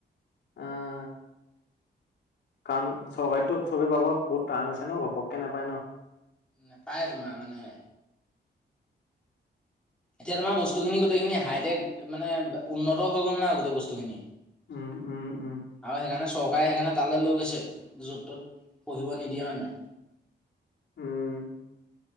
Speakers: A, on the left; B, in the centre.
A: অঁ। কাৰণ চৰকাৰীতো চবে বাবদ বহুত টান আছে ন ঘপককে নাপায় ন।
B: নাপায় তোমাৰ মানে। এতিয়া তোমাৰ বস্তুখিনি গোটেইখিনি হাইটেক মানে উন্নত হৈ গ'ল না গোটেই বস্তুখিনি।
A: উম উম। উম
B: আৰু সেইকাৰণে চৰকাৰে সেইকাৰণে তালৈ লৈ গৈছে য'ত ত'ত পঢ়িব নিদিয়ে মানে।
A: উম।